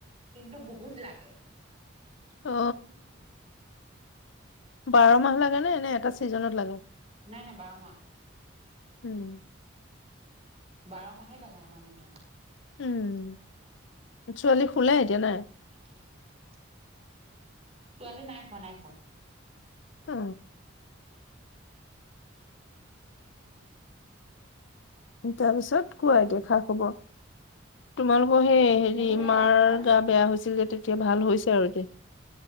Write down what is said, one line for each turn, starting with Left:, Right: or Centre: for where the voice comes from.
Right: কিন্তু বহুত লাগে।
Left: অ বাৰ মাহ লাগে নে এনে এটা চিজনত লাগে?
Right: নাই-নাই বাৰ মাহ।
Left: উম
Right: বাৰ মাহে লাগে আমাৰ নেমু৷
Left: উম ছোৱালী শুলে এতিয়া নাই?
Right: <inaudible> ছোৱালী নাই শুৱা নাই শুৱা।
Left: অ
Right: <inaudible>
Left: তাৰ পিছত কোৱা এতিয়া খা খবৰ তোমালোকৰ সেই হেৰি
Right: মোৰতো ভালেই
Left: মাৰ
Right: আপোনাৰ
Left: গা বেয়া হৈছিল যে তেতিয়া ভাল হৈছে আৰু দেই।